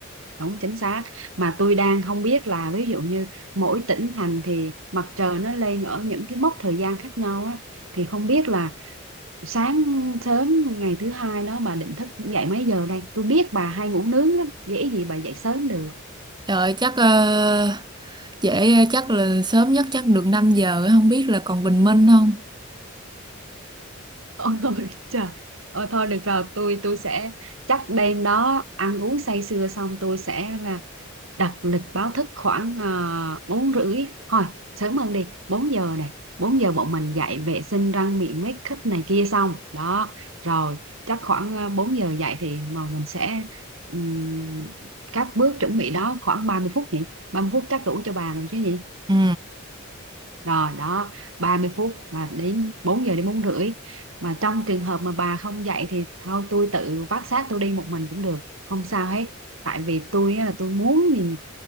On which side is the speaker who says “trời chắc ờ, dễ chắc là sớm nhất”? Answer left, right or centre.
Right